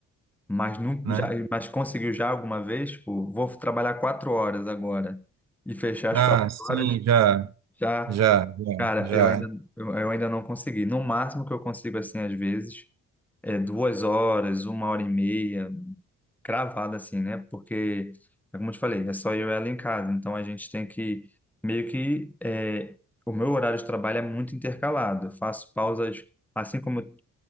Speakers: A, in the centre; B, on the right (about 60°).
A: Mas, não,
B: né?
A: já, mas conseguiu já alguma vez? Tipo, vou trabalhar quatro horas agora e fechar
B: Ah,
A: as quatro
B: sim,
A: horas?
B: já,
A: Já,
B: já, já,
A: cara,
B: já.
A: eu ainda, eu, eu ainda não consegui. No máximo que eu consigo, assim, às vezes, é duas horas, uma hora e meia, cravada assim, né? Porque, é como eu te falei, é só eu e ela em casa. Então a gente tem que meio que é, o meu horário de trabalho é muito intercalado. Eu faço pausas, assim como eu